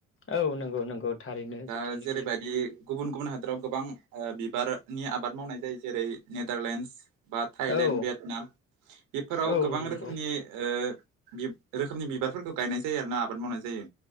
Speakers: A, on the left (about 40°); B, on the right (about 85°).
A: औ नंगौ नंगौ। थारैनो
B: दा
A: जिथुनिखि
B: जेरैबायदि गुबुन गुबुन हादोराव गोबां ओ-बिबार नि आबाद मावनाय जायो जेरै नेडारलेण्डस बा थाइलेण्ड
A: औ
B: भियेटनाम बेफोराव
A: औ
B: गोबां
A: नंगौ
B: रोखोमनि ओ- बिब-रोखोमनि बिबारफोरखौ गायनाय जायो आरोना आबाद मावनाय जायो